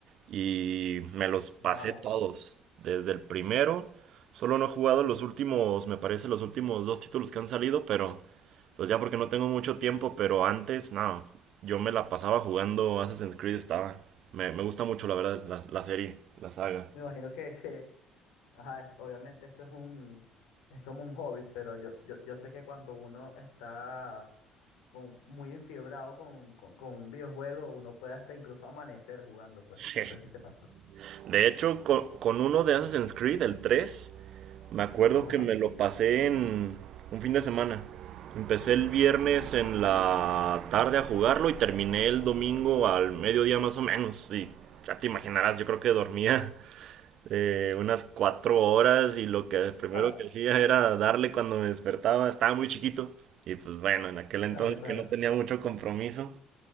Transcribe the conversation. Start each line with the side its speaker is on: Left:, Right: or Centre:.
Right: y me los pasé
Left: Wow.
Right: todos, desde el primero, solo no he jugado los últimos, me parece los últimos dos títulos que han salido, pero... Pues ya porque no tengo mucho tiempo, pero antes, nada, yo me la pasaba jugando Assassin's Creed, estaba... Me, me gusta mucho, la verdad, la, la serie, la saga.
Left: Me imagino que, que Ajá, es- obviamente esto es un, es como un hobby, pero yo, yo, yo sé que cuando uno está con, muy enfiebrado con, con, con un videojuego, uno puede hasta incluso amanecer jugando, pues.
Right: Sí.
Left: No sé si te pasó.
Right: De hecho, con, con uno de Assassin's Creed, el 3 me acuerdo
Left: Ajá.
Right: que me lo pasé en un fin de semana. Empecé el viernes en la tarde a jugarlo y terminé el domingo al mediodía más o menos. Y ya te imaginarás, yo creo que dormía eh, unas cuatro horas y lo que primero
Left: <laughs>
Right: que hacía era darle cuando me despertaba, estaba muy chiquito y pues bueno, en aquel entonces
Left: Claro, claro.
Right: que no tenía mucho compromiso,